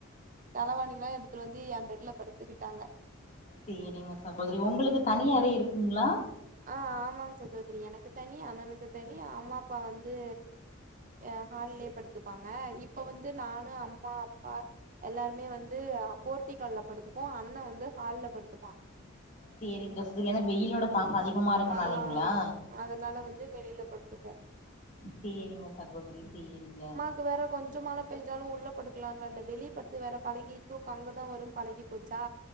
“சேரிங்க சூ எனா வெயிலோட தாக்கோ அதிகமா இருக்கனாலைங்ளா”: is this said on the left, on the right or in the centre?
Left